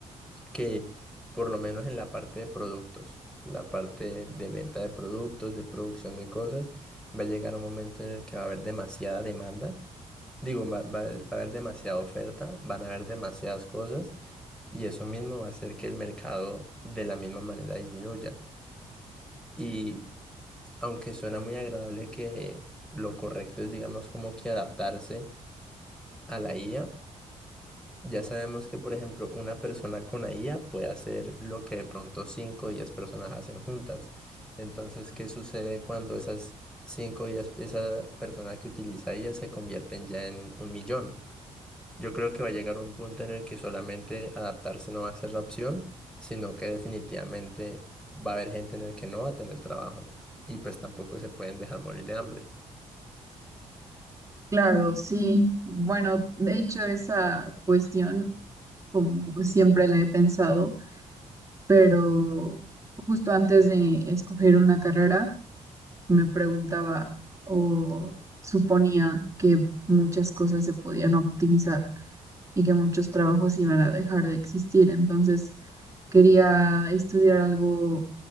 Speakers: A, in the centre; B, on the right (about 20°).
A: que por lo menos en la parte de productos, la parte de venta de productos, de producción de cosas, va a llegar un momento en el que va a haber demasiada demanda Digo, va, va- va a haber demasiada oferta, van a haber demasiadas cosas y eso mismo va a hacer que el mercado de la misma manera disminuya. Y aunque suena muy agradable que lo correcto es, digamos, como que adaptarse a la IA, ya sabemos que, por ejemplo, una persona con la IA puede hacer lo que de pronto 5 o 10 personas hacen juntas. Entonces, ¿qué sucede cuando esas 5 o 10, esa persona que utiliza IA se convierten ya en un millón? Yo creo que va a llegar un punto en el que solamente adaptarse no va a ser la opción, sino que definitivamente va a haber gente en el que no va a tener trabajo y pues tampoco se pueden dejar morir de hambre.
B: Claro, sí. Bueno, de hecho esa cuestión, como siempre la he pensado, pero justo antes de escoger una carrera me preguntaba o suponía que muchas cosas se podían optimizar y que muchos trabajos iban a dejar de existir. Entonces quería estudiar algo